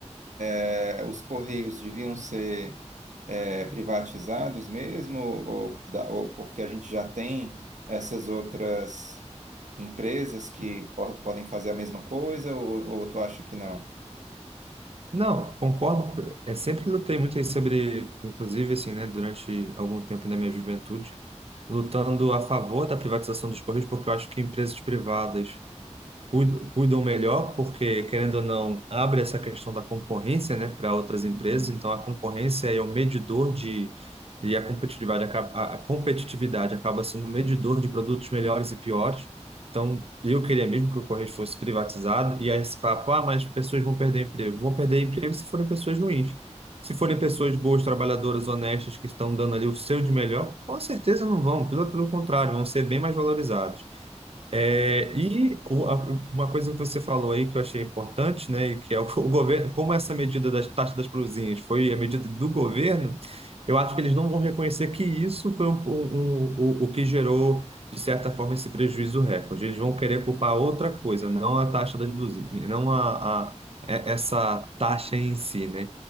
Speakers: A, on the right; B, on the right.
A: é, os Correios deviam ser é, privatizados mesmo, ou, da- ou porque a gente já tem essas outras empresas que po- podem fazer a mesma coisa, ou, ou tu acha que não?
B: Não, concordo. É sempre lutei muito aí sobre, inclusive, assim, né, durante algum tempo da minha juventude, lutando a favor da privatização dos Correios, porque eu acho que empresas privadas cuid- cuidam melhor, porque, querendo ou não, abre essa questão da concorrência, né, para outras empresas.
A: Uhum.
B: Então, a concorrência é o medidor de. E a competitividade, acaba- a a competitividade acaba sendo o medidor de produtos melhores e piores. Então, eu queria mesmo que o Correios fosse privatizado. E aí, esse papo, ah, mas pessoas vão perder emprego. Vão perder emprego se forem pessoas ruins. Se forem pessoas boas, trabalhadoras, honestas, que estão dando ali o seu de melhor, com certeza não vão. Pelo, pelo contrário, vão ser bem mais valorizadas. É, e o- a- uma coisa que você falou aí que eu achei importante, né, e que é o, <laughs> o governo, como essa medida das taxas das províncias foi a medida do governo, eu acho que eles não vão reconhecer que isso foi um, um- um- o, o que gerou, de certa forma, esse prejuízo recorde. Eles vão querer culpar outra coisa, não a taxa das blusinhas, não a, a- é- essa taxa em si, né?